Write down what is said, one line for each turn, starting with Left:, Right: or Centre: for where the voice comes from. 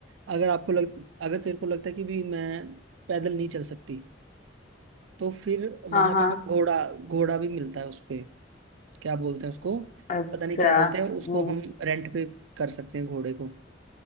Right: अगर आपको लग अगर तेरे को लगता है कि भी मैं पैदल नहीं चल सकती तो फिर वहां
Left: हाँ हाँ
Right: पे हम घोड़ा घोड़ा भी मिलता है उस पे क्या बोलते हैं उसको
Left: अच्छा
Right: पता नहीं क्या बोलते हैं उसको
Left: हम्म,
Right: हम रेंट पे कर सकते हैं घोड़े को